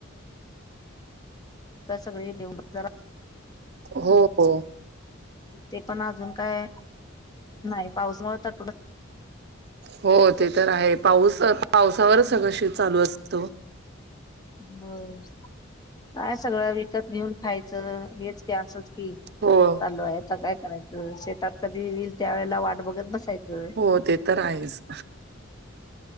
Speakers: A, on the left; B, on the right.
A: तर सगळेे देऊन जरा
B: हो हो
A: ते पण अजून काय नाही पाऊसमुळे थोडे
B: हो, ते तर आहे पाऊस पावसावर सगळं चालू असतं.
A: होय काय सगळं विकत घेऊन खायचं हेच की असंच की
B: हो,
A: चालू आहे आता काय, करायचं शेतात कधी येईल, त्या वेळेला वाट बघत बसायचं.
B: हो ते तर आहेच.